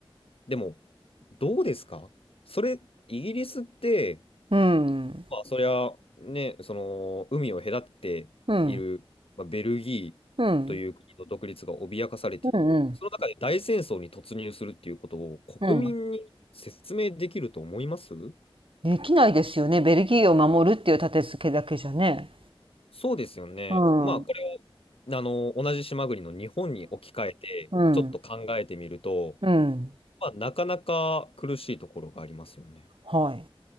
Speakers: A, on the left (about 75°); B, on the right (about 65°).
A: でも、どうですかそれ、イギリスって、
B: う、うん、
A: まあ、そりゃ、ね、その、海を隔てている、
B: うん、
A: まあ、ベルギーという国の独立が脅かされている。
B: うん、うん、うん、
A: その中で大戦争に突入するっていうことを国民に説明できると思います
B: うん。できないですよね。ベルギーを守るっていう立て付けだけじゃね。
A: そうですよね。
B: うん、
A: まあ、
B: うん、
A: これを、あの、同じ島国の日本に置き換えて、
B: うん、
A: ちょっと考えてみると、
B: うん、
A: まあ、なかなか苦しいところがありますよね。
B: はい。